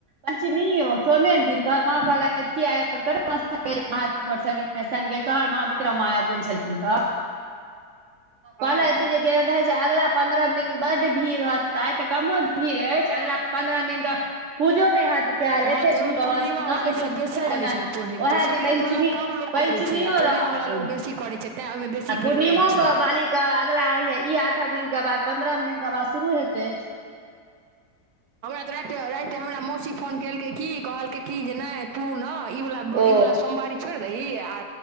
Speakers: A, on the right; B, on the right.
A: पंचमीयौ सोमे दिन तोहर मां कहलैथ की आय <unintelligible> संगे संगे तोहर मां विक्रम मां ऐब गेल छलखिन तऽ
B: हँ
A: कहलै की जे के देखय छै अगलाा पन्द्रा दिन बड्ड भीड़ रहतै तऽ कमो भीड़ ऐछ छै अगिला पन्द्रा दिन तऽ पूजो नै हेत कैल
B: हँ
A: एते
B: तऽ ओहिमे
A: भीड़ रहत
B: पूर्णिमा वाली
A: <unintelligible> किछ
B: सब बेसी
A: पुछै
B: करै छै
A: <unintelligible>
B: ने पूर्णिम
A: ओहे
B: संक्रान्ति
A: दिन पैंचमी
B: वला कम लोक
A: पैंचमियौ
B: करै छै आ पूर्णिमा
A: रहत
B: वला लोक बेसी करै छै तें ओहिमे बेसी
A: आ पूर्णीमो
B: भीड़ रहै छै
A: के बालि क के अगला ई आठम दिन के बाद पन्द्रम दिनका बाद शुरू हेतै।
B: हमरा तै रातै रात हमरा मौसी फोन केलकै की कहलकै की जे नै तू नै ई बला ब
A: ओ
B: ई बला सोमवारी छोड़ दही अ